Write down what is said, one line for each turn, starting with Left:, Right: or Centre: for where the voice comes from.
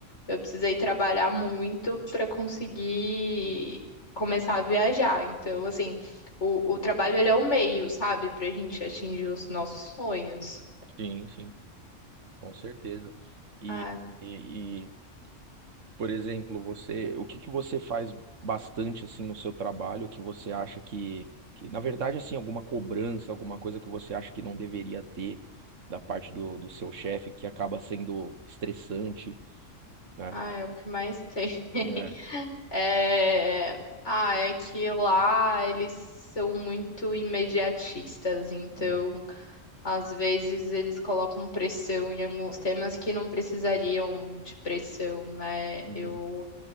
Left: eu precisei trabalhar muito para conseguir começar a viajar. Então, assim, o, o trabalho ele é o meio, sabe, pra gente atingir os nossos sonhos.
Right: sim, sim, com certeza. E,
Left: Ah,
Right: e, Por exemplo, você, o que que você faz bastante assim no seu trabalho que você acha que, que na verdade assim, alguma cobrança, alguma coisa que você acha que não deveria ter da parte do, do seu chefe que acaba sendo estressante, né?
Left: ah, é o que mais tem. <laughs>
Right: É.
Left: É, ah, é que lá eles são muito imediatistas, então
Right: Uhum,
Left: Às vezes eles colocam pressão em alguns temas que não precisariam de pressão, né?
Right: uhum.
Left: Eu,